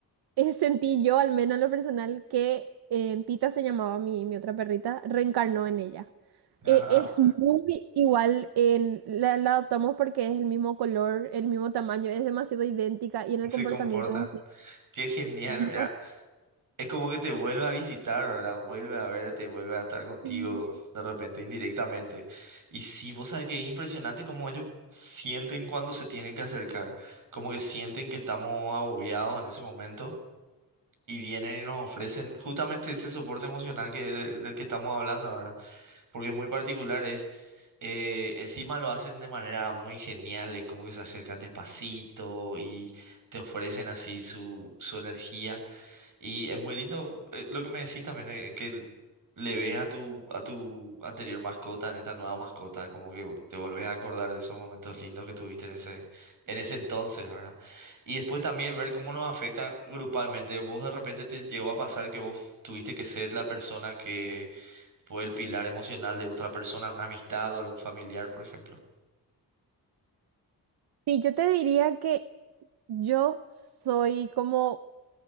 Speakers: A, on the right (about 75°); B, on the right (about 55°).
A: eh, sentí yo, al menos en lo personal, que eh, Tita se llamaba mi, mi otra perrita, reencarnó en ella.
B: Ajá,
A: Eh, es muy igual, en- la, la adoptamos porque es el mismo color, el mismo tamaño, es demasiado idéntica y en el
B: se
A: comportamiento
B: comportan.
A: es así.
B: Qué genial,
A: Dios
B: mira, es como que te vuelve a visitar, ¿verdad? Vuelve a verte, vuelve a estar contigo
A: mío.
B: de repente indirectamente. Y sí, vos sabés que es impresionante cómo ellos sienten cuando se tienen que acercar, como que sienten que estamos agobiados en ese momento y vienen y nos ofrecen justamente ese soporte emocional que, del, del que estamos hablando, ¿verdad? Porque es muy particular, es, eh, encima lo hacen de manera muy genial, es como que se acercan despacito y te ofrecen así su, su energía. Y es muy lindo eh, lo que me decís también, eh, que l- le ves a tu, a tu anterior mascota, en esta nueva mascota, como que te volvés a acordar de esos momentos lindos que tuviste en ese, en ese entonces, ¿verdad? Y después también ver cómo nos afecta grupalmente. Vos de repente te llegó a pasar que vos tuviste que ser la persona que fue el pilar emocional de otra persona, en una amistad o algún familiar, por ejemplo.
A: Sí, yo te diría que yo soy como